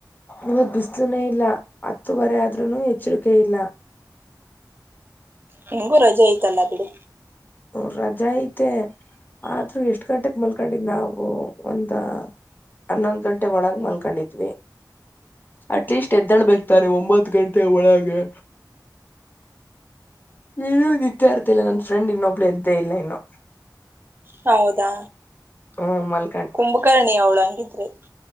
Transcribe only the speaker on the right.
ಹೆಂಗು ರಜೆ ಐತಲ್ಲ ಬಿಡು.
ಹೌದಾ
ಕುಂಭಕರ್ಣಿ ಅವ್ಳ ಹಂಗಿದ್ರೆ.